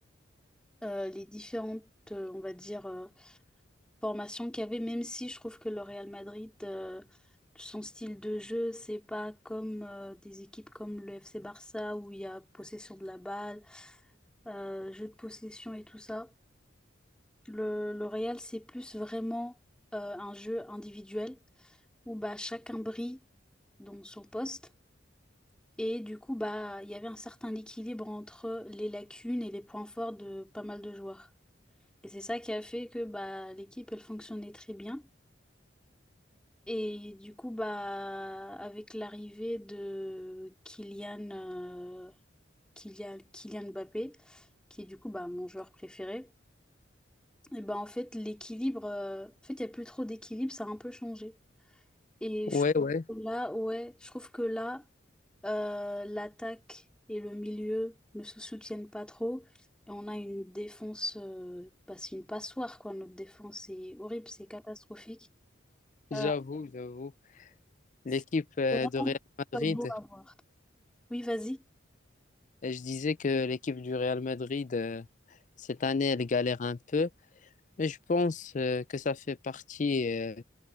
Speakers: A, in the centre; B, on the left.
A: euh, les différentes, euh, on va dire, euh, formation qu'il y avait, même si je trouve que le Real Madrid, euh, son style de jeu, c'est pas comme euh, des équipes comme le FC Barça où il y a possession de la balle, euh, jeu de possession et tout ça. Le, le Real, c'est plus vraiment euh, un jeu individuel où bah, chacun brille dans son poste. Et du coup, bah, il y avait un certain équilibre entre les lacunes et les points forts de pas mal de joueurs. Et c'est ça qui a fait que bah, l'équipe, elle fonctionnait très bien. Et du coup, bah, avec l'arrivée de Kylian, euh, Kylian, Kylian Mbappé, qui est du coup bah, mon joueur préféré, et bah en fait, l'équilibre, euh, en fait, il n'y a plus trop d'équilibre, ça a un peu changé. Et
B: Ouais,
A: je trouve
B: ouais,
A: que là, ouais, je trouve que là, euh, l'attaque et le milieu ne se soutiennent pas trop. Et on a une défense, euh, bah, c'est une passoire, quoi. Notre défense, c'est horrible, c'est catastrophique.
B: j'avoue,
A: Euh,
B: j'avoue.
A: c'est
B: L'équipe euh,
A: vraiment
B: de Real Madrid,
A: pas beau à voir. Oui, vas-y.
B: et je disais que l'équipe du Real Madrid, euh, cette année, elle galère un peu, mais je pense euh, que ça fait partie euh,